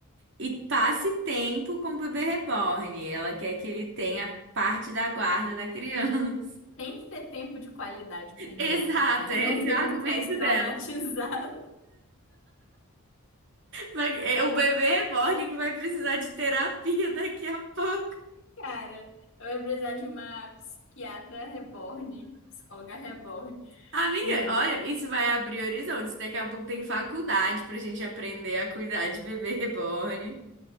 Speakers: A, on the right; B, on the left.
A: e passe tempo com o bebê reborn. Ela quer que ele tenha parte da guarda da criança.
B: Tem que ter tempo de qualidade
A: <laughs>
B: com o
A: Exato,
B: Bento, né?
A: é
B: <laughs> Senão
A: esse
B: o Bento
A: o argumento
B: cresce traumatizado,
A: dela. Vai- é o bebê reborn que vai precisar de terapia daqui a pouco.
B: cara. Eu ia precisar de uma psiquiatra reborn, psicóloga reborn.
A: Amiga,
B: Mano.
A: olha, isso vai abrir horizontes. Daqui a pouco tem faculdade pra gente aprender a cuidar de bebê reborn.